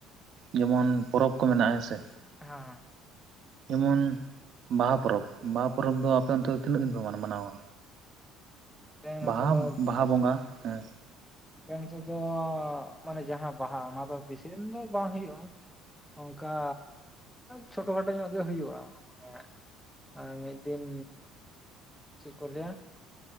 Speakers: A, on the right; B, in the centre.
A: ᱡᱮᱢᱚᱱ ᱯᱚᱨᱚᱵᱽ ᱠᱚ ᱢᱮᱱᱟᱜᱼᱟ ᱦᱮᱸᱥᱮ᱾
B: ᱦᱮᱸ
A: ᱡᱮᱢᱚᱱ ᱵᱟᱦᱟ ᱯᱚᱨᱚᱵᱽ ᱵᱟᱦᱟ ᱯᱚᱨᱚᱵᱽ ᱫᱚ ᱟᱯᱮ ᱚᱱᱛᱮ ᱫᱚ ᱛᱤᱱᱟᱹᱜ ᱫᱤᱱ ᱯᱮ ᱢᱟᱱᱟᱣᱟ?
B: <unintelligible> ᱱᱚᱛᱮ
A: ᱵᱟᱦᱟ
B: ᱫᱚ
A: ᱵᱟᱦᱟ ᱵᱚᱸᱜᱟ ᱦᱮᱸ᱾
B: ᱟᱞᱮ ᱚᱱᱛᱮ ᱫᱚ ᱢᱟᱱᱮ ᱡᱟᱦᱟᱸ ᱵᱟᱦᱟ ᱚᱱᱟ ᱫᱚ ᱵᱮᱥᱤ ᱫᱤᱱ ᱫᱚ ᱵᱟᱝ ᱦᱩᱭᱩᱜᱼᱟ᱾ ᱚᱱᱠᱟ ᱪᱷᱳᱴᱳ ᱠᱷᱟᱴᱚ ᱧᱚᱜ ᱜᱮ ᱦᱩᱭᱩᱜᱼᱟ ᱢᱟᱱᱮ᱾ ᱟᱨ ᱢᱤᱫ ᱫᱤᱱ ᱪᱮᱫ ᱠᱚ ᱞᱟᱹᱭᱟ?